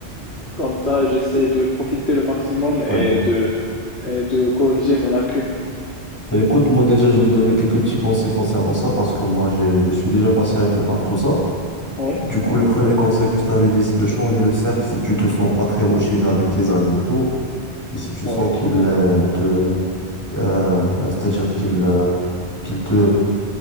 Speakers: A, on the left (about 75°); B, on the left (about 15°).
A: comme ça, j'essaie de profiter le maximum et
B: Ouais.
A: de, et de corriger mes lacunes.
B: Bah, écoute, moi déjà, je vais te donner quelques petits conseils concernant ça parce que moi, j'ai, je suis déjà passé un peu par tout ça.
A: Oui,
B: Du coup, le premier conseil que je t'avais dit, c'est de changer le cercle si tu te sens pas très motivé avec tes amis et tout. Et si tu
A: oui.
B: sens qu'ils euh, te, euh, c'est-à-dire qu'ils euh, qu'ils te,